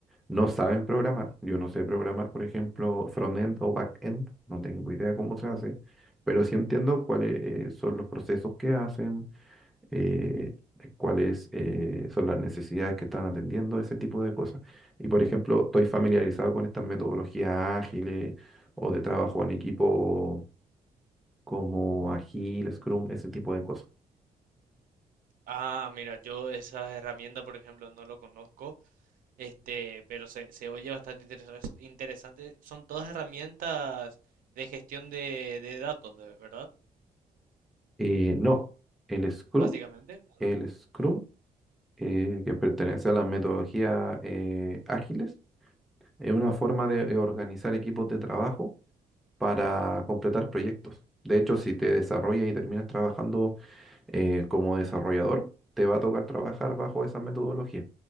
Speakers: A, in the centre; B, on the right.
A: No saben programar. Yo no sé programar, por ejemplo, front-end o back-end. No tengo idea cómo se hace, pero sí entiendo cuáles eh, son los procesos que hacen, eh, cuáles eh, son las necesidades que están atendiendo, ese tipo de cosas. Y, por ejemplo, estoy familiarizado con estas metodologías ágiles o de trabajo en equipo como Agile, Scrum, ese tipo de cosas.
B: Ah, mira, yo esa herramienta, por ejemplo, no lo conozco, este, pero se, se oye bastante interesa- interesante. Son todas herramientas de gestión de, de datos, de- ¿verdad?
A: Eh, no, el Scrum,
B: Básicamente, ¿o
A: el Scrum eh, que pertenece a la metodología eh, ágiles, es una forma de eh, organizar equipos de trabajo para completar proyectos. De hecho, si te desarrollas y terminas trabajando eh, como desarrollador, te va a tocar trabajar bajo esa metodología,